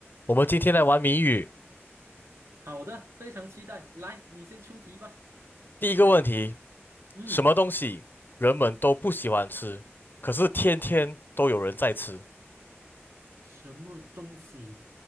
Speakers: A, on the left (about 45°); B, on the right (about 70°).
A: 我们今天来玩谜语。
B: 好的，非常期待。来，你先出题吧。
A: 第一个问题，
B: 嗯，
A: 什么东西人们都不喜欢吃，可是天天都有人在吃？
B: 什么东西